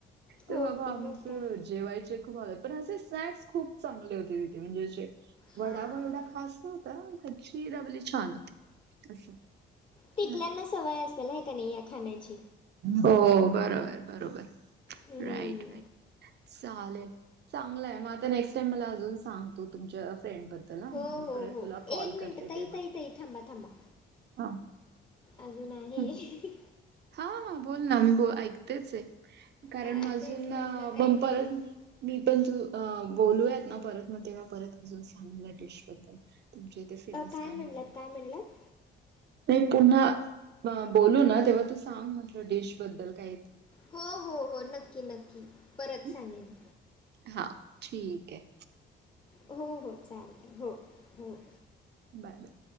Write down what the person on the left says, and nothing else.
हो
की
मग काय
हां
तिकलांना
सवय असेल आहे का नाही या खाण्याची.
हम्म.
हो
हो
हो
एक मिनट
ताई
ताई ताई थांबा.
अजूनून आहे.
हा तेच म्हटलं काही
नाही
काय म्हणलात
काय म्हणलंत.
हो हो हो नक्की नक्की परत
सांगेन.
हो हो चालेल हो हो.